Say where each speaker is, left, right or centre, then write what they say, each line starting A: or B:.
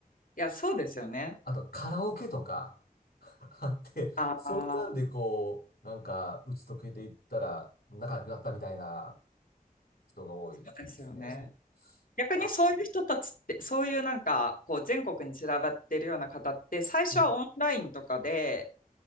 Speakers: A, on the left; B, on the left.
A: いや、そうですよね。
B: あとカラオケとか、<laughs> あって、
A: ああ、
B: そんなんでこう、なんか、打ち解けていったら、仲良くなったみたいな人が多いですね。
A: そうですよね。逆にそういう人たちって、
B: あ、
A: そういうなんか、こう、全国に散らばってるような方って、最初はオンラインとかで、
B: うん。